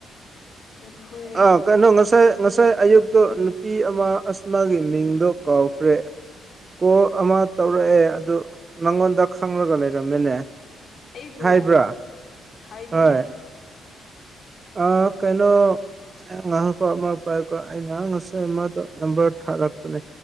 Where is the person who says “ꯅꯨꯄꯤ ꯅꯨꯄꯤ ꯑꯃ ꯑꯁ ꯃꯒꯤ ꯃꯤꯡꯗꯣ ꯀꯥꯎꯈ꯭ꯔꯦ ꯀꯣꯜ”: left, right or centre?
Right